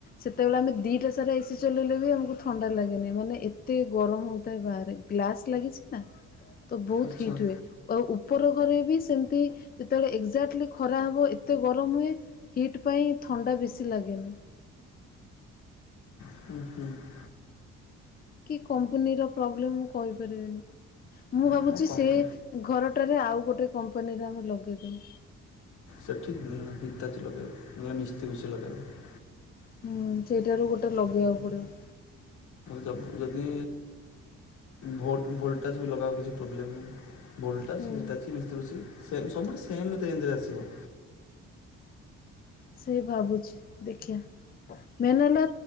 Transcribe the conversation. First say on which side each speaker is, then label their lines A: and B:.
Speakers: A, on the left (about 30°); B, on the left (about 80°).
A: ସେତେବେଳେ ଆମେ ଦିଟା ସାର ଏସି ଚଲେଇଲେ ବି ଆମକୁ ଥଣ୍ଡା ଲାଗେନି ମାନେ ଏତେ ଗରମ ହେଥାଏ ବାହାରେ ଗ୍ଲାସ୍ ଲାଗିଛି ନା <inaudible> ତ ବହୁତ
B: ଆଚ୍ଛା
A: ହିଟ୍
B: ହୁଁ
A: ହୁଏ ଆଉ ଉପର ଘରେ ବି ସେମିତି ଯେତେବେଳେ ଏକ୍ଜାକ୍ଟଲି ଖରା ହବ। ଏତେ ଗରମ ହୁଏ ହିଟ୍ ପାଇଁ ଥଣ୍ଡା ବେଶୀ ଲାଗେନି।
B: <inaudible>
A: କି କମ୍ପାନୀର ପ୍ରୋବ୍ଲେମ୍ ମୁ କହିପାରିବିନି ମୁଁ ଭାବୁଛି
B: ଆମ କମ୍ପ
A: ସେ ଘରଟାରେ ଆଉ ଗୋଟେ କମ୍ପାନୀରେ ଆମେ ଲଗାଇଦଉ।
B: ସେଠି ହିତାଜୀ ଲଗାଇବ ନହେଲେ ମିସ୍ତତି ବୁଛି ଲଗାଇବ।
A: ହୁଁ ସେଇଟାରୁ ଗୋଟେ ଲଗେଇବାକୁ ପଡିବ।
B: ଯଦି ଭୋଲ୍ଟେଜ୍ ବି ଲଗାବା କିଛି ପ୍ରୋବ୍ଲେମ୍ ନାହିଁ। ବୋଲ୍ଟା
A: ହୁଁ।
B: ସିତା ଅଛି ମିସ୍ମସି ସେମ୍ ସବୁଠୁ ସେମ୍ ରେଞ୍ରେ ଆସିବ।
A: ସେ ଭାବୁଛି ଦେଖିିବା ମେନ୍ ହେଲା